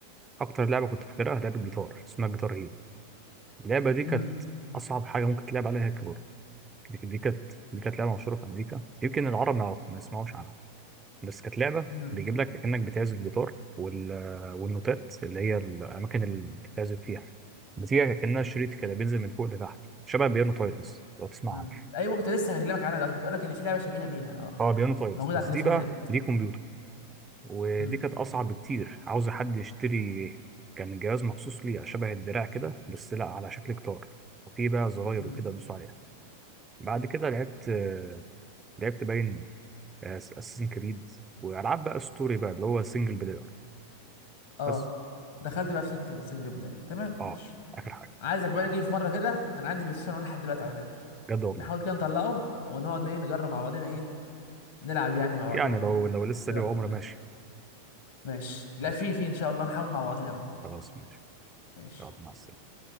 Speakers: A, on the right; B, on the left.
A: اكتر لعبه كنت فاكرها لعبه جيتار اسمها جيتار هيرو اللعبه دي كانت
B: امم
A: اصعب حاجه ممكن تلعب عليها كيبورد دي دي كانت دي كانت لعبه مشهوره في امريكا يمكن العرب ما يعرف- ما يسمعوش عنها بس كانت لعبه
B: امم
A: بيجيب لك انك بتعزف جيتار وال... والنوتات اللي هي الاماكن اللي بتعزف فيها بتيجي كانها شريط كده بينزل من فوق لتحت شبه بيانو تايلز لو تسمع
B: امم
A: عنها
B: ايوه كنت لسه هكلمك عنها دلوقتي كنت اقول لك ان في لعبه شبيهه بيها اه
A: اه بيانو تايلز
B: موجوده
A: بس
B: على التليفونات
A: دي بقى دي كمبيوتر ودي
B: امم
A: كانت اصعب بكتير عاوزه حد يشتري كان جهاز مخصوص ليه شبه الدراع كده بس لا على شكل جيتار وفيه بقى زراير
B: امم
A: وكده تدوس عليها بعد كده لعبت آه، لعبت باين اساسن كريد والعاب بقى ستوري بقى اللي هو سنجل بلاير
B: اه
A: بس
B: دخلت بقى في سكه السنجل بلاير تمام
A: اه
B: ماشي
A: اخر حاجه
B: عايزك بقى نيجي في مره كده انا عندي بلاي ستيشن ولا لحد دلوقتي على فكره
A: بجد والله
B: نحاول كده نطلعه ونقعد ايه نجرب مع بعضنا ايه نلعب يعني مع
A: يعني
B: بعضنا وكده
A: لو لو لسه
B: ايه
A: ليه
B: رايك
A: عمر ماشي
B: ماشي لا
A: ماشي
B: في في ان شاء الله نحاول مع بعضنا بقى
A: خلاص ماشي
B: ماشي
A: يلا مع السلامه